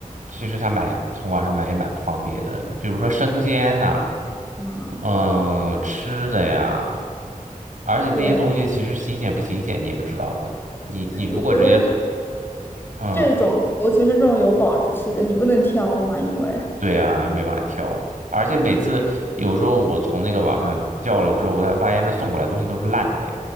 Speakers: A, on the right; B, on the left.
A: 其实他买从网上买也蛮不方便的，比如说生鲜呐、
B: 啊，
A: 嗯，
B: 是的，
A: 吃的呀，而且那些东西其实新鲜不新鲜你也不知道哎，
B: 对，
A: 你你如果直接
B: 我觉得
A: 嗯，
B: 这种，尤其是这种有保质期的，你不能挑嘛，因为
A: 对呀，没办法挑，而且每次有时候我从那个网上叫了之后，
B: 啊，
A: 我才发现他送过来的东西都是烂的哎，